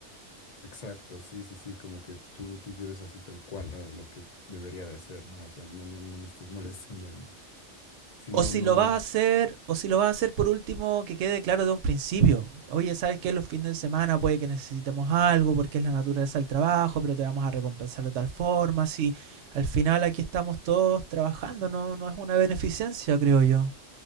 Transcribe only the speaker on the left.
Exacto, sí, sí, sí, como que tú, tú quieres así tal cual ah, lo que debería de hacer, ¿no? O sea, no, no, no me estás <laughs> molestando en, si
no,
no
es